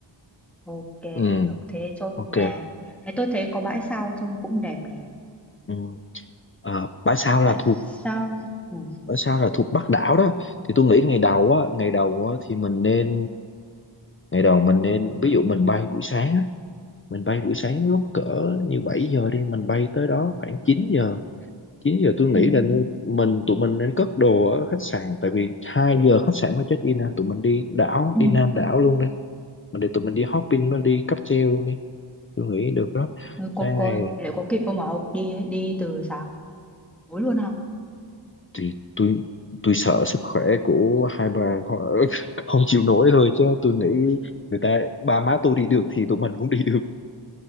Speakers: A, in the centre; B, on the left (about 30°).
A: ok,
B: ừ
A: được thế chốt
B: ok
A: nha. Thế tôi thấy có bãi sau trông cũng đẹp nè.
B: ừ. Ờ, bãi sau là
A: Bãi
B: thuộc
A: sau. Ừ.
B: ở sao là thuộc Bắc đảo đó thì tôi nghĩ ngày đầu á ngày đầu á, thì mình nên ngày đầu mình nên ví dụ mình bay buổi sáng á, mình bay buổi sáng lúc cỡ như 7 giờ đi mình bay tới đó khoảng chín giờ chín giờ tôi nghĩ
A: Ừ.
B: là nu- mình tụi mình nên cất đồ ở khách sạn tại vì 2 giờ khách sạn mới check in à. tụi mình đi đảo
A: Ừ.
B: đi Nam đảo luôn đi mình để tụi mình đi hopping đi cáp treo luôn đi tôi nghĩ được đó
A: Ừ, Có,
B: sang
A: có,
B: ngày
A: liệu có kịp không mà ông? Đi đi từ sáng tối luôn hả?
B: thì tôi tôi sợ sức khỏe của hai bà họ <laughs> không chịu nổi thôi chứ tôi nghĩ người ta ba má tôi đi được thì tụi mình cũng đi được